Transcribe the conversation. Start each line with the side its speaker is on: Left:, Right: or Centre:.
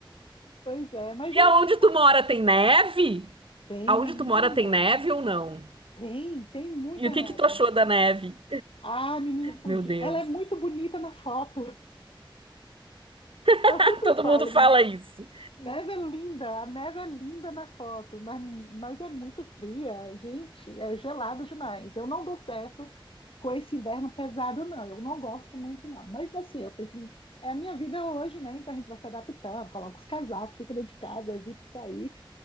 Left: Pois é, mas e-
Right: E aonde
Left: e- tá
Right: tu mora tem neve?
Left: bem,
Right: Aonde
Left: menina,
Right: tu mora tem neve ou não?
Left: tem, tem muita
Right: E o que
Left: neve.
Right: que tu achou da neve?
Left: Ah, menina, podia-
Right: Meu Deus.
Left: ela é muito bonita na foto. Eu
Right: <laughs>
Left: sempre
Right: Todo
Left: falo,
Right: mundo fala isso.
Left: neve é linda, a neve é linda na foto, mas, mas é muito fria, gente, é gelado demais. Eu não dou certo com esse inverno pesado, não. Eu não gosto muito, não. Mas assim, eu tenho que. É a minha vida hoje, né? Então a gente vai se adaptando, coloca os casacos, fica dentro de casa, evita sair.